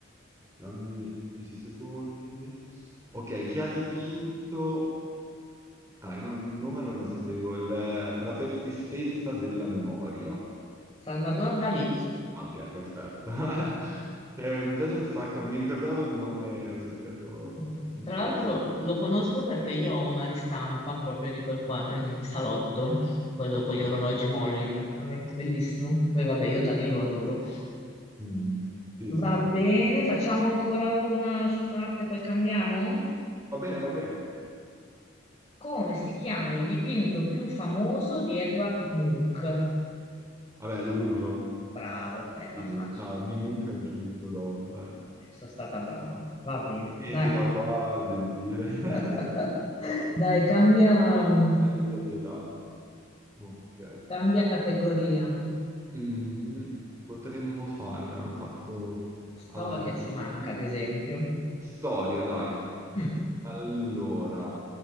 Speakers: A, on the right; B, on the left.
A: dammi 10 secondi. Ok, chi ha dipinto Ah, io non- il nome non lo sapevo, il- la persistenza della memoria.
B: Salvador Dalì.
A: Ah, ok, perfetto. <laughs> Eh, mi piace un sacco, non mi ricordavo il nome, ho cercato
B: Mm.
A: in
B: Tra
A: cui...
B: l'altro lo conosco perché io ho una ristampa proprio di quel quadro in in salotto, quello con
A: Ah,
B: gli orologi molli, praticamente bellissimo. Poi vabbè, io Dalì lo adoro.
A: mm, sì,
B: Va
A: sì, no,
B: bene,
A: vabbè.
B: facciamo ancora una sull'arte, poi cambiamo.
A: Va bene, va bene.
B: Come si chiama il dipinto più famoso di Edward Munch?
A: Vabbè, l'urlo
B: Bravo, beh, era
A: di, Mu-
B: facile.
A: no, di Munch aggiunto dopo, dai.
B: Eh, Sono stata brava. Va bene,
A: Sì,
B: dai.
A: sì, no, qua gentile. <laughs>
B: <laughs> Dai, cambia, mh,
A: Hai avuto pietà. Ok.
B: cambia categoria.
A: Mhm. Potremmo fare, abbiamo fatto
B: Storia
A: arte,
B: ci manca,
A: cinema,
B: ad esempio.
A: storia, dai.
B: Mm.
A: Allora,